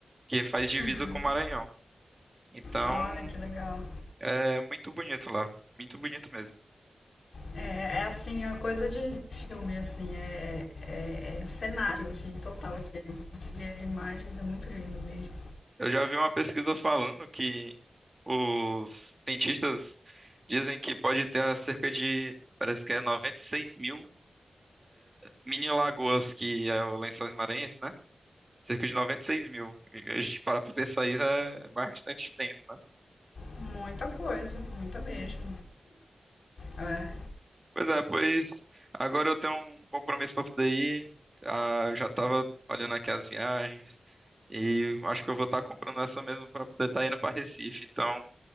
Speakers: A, on the right; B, on the left.
A: que faz divisa
B: uhum.
A: com o Maranhão. Então,
B: Olha que legal.
A: é muito bonito lá, muito bonito mesmo.
B: É, é assim, é uma coisa de filme, assim, é, é, é um cenário, assim, total aqui. Você vê as imagens, é muito lindo mesmo.
A: Eu já vi uma pesquisa falando que os cientistas dizem que pode ter cerca de, parece que é 96 mil mini lagoas, que é o Lençóis Maranhenses, né? Cerca de 96 mil. E A gente parar pra pensar isso é bastante extenso, né.
B: Muita coisa, muita mesmo. É.
A: Pois é, pois agora eu tenho um compromisso pra poder ir. Ah, eu já tava olhando aqui as viagens e acho que eu vou estar comprando essa mesmo pra poder estar indo pra Recife. Então,